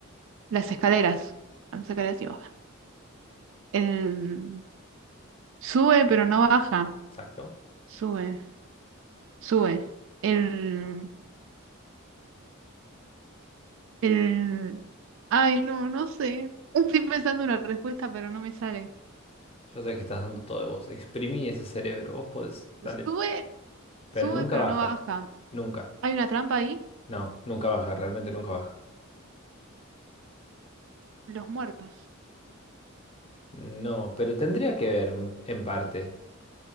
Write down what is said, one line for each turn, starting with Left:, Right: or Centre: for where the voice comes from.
Right: las escaleras. Las escaleras sí bajan. El Sube, pero no baja.
Left: Exacto.
Right: Sube, sube. El, el... Ay, no, no sé. Estoy pensando una respuesta, pero no me sale.
Left: Yo sé que estás dando todo de vos. Exprimí ese cerebro. Vos podés. Dale.
Right: Sube,
Left: Pero
Right: sube,
Left: nunca
Right: pero
Left: baja.
Right: no baja.
Left: Nunca.
Right: Hay una trampa ahí.
Left: No, nunca baja, realmente nunca baja.
Right: Los muertos,
Left: No, pero tendría que ver un- en parte.